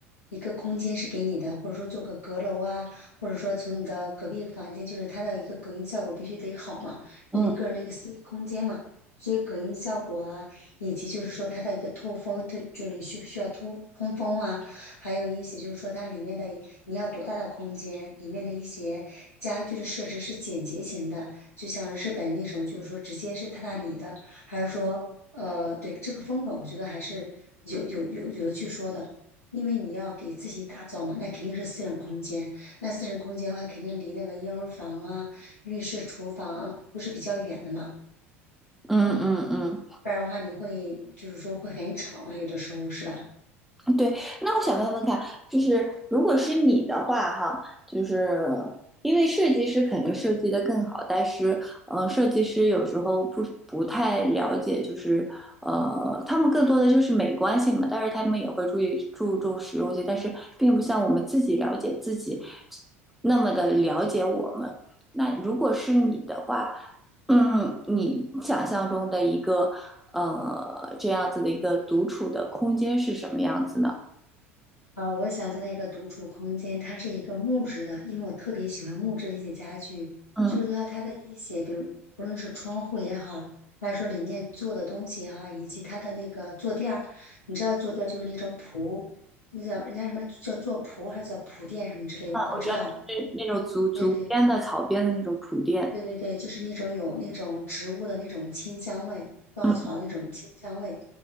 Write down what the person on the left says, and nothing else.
一个空间是给你的，或者说做个阁楼啊，或者说从你的隔壁房间，就是它的一个隔音效果必须得好嘛，
那你个人的一个私密空间嘛。所以隔音效果啊，以及就是说它的一个透风，它就是你需不需要通通风啊？还有一些就是说它里面的你要多大的空间，里面的一些家具的设置是简洁型的，就像日本那种就是说直接是榻榻米的，还是说呃对这个风格，我觉得还是有有有有的去说的。因为你要给自己打造嘛，那肯定是私人空间。那私人空间的话，肯定离那个婴儿房啊、浴室、厨房啊都是比较远的嘛，
不然的话你会就是说会很吵嘛，有的时候是吧？
啊，我想象的一个独处空间，它是一个木质的，因为我特别喜欢木质的一些家具，
就是说，它的一些，比如不论是窗户也好，还是说里面做的东西也好，以及它的那个坐垫儿，你知道坐垫儿就是那种铺，那叫人家什么叫做铺还是叫铺垫什么之类的，我不知道。
对对对对对，就是那种有那种植物的那种清香味，稻草那种清香味。